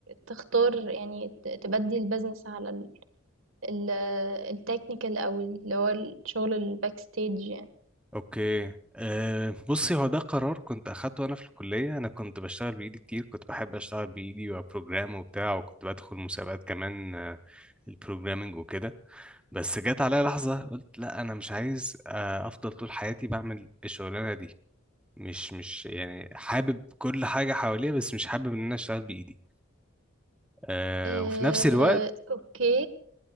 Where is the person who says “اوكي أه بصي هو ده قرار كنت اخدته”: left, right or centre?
Centre